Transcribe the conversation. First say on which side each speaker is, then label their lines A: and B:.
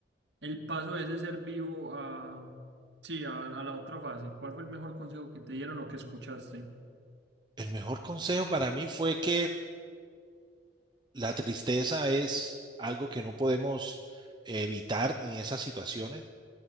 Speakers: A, on the right; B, on the right.
A: el paso de ese ser vivo a, sí, a, a la otra fase? ¿Cuál fue el mejor consejo que te dieron o que escuchaste?
B: El mejor consejo para mí fue que la tristeza es algo que no podemos evitar en esas situaciones.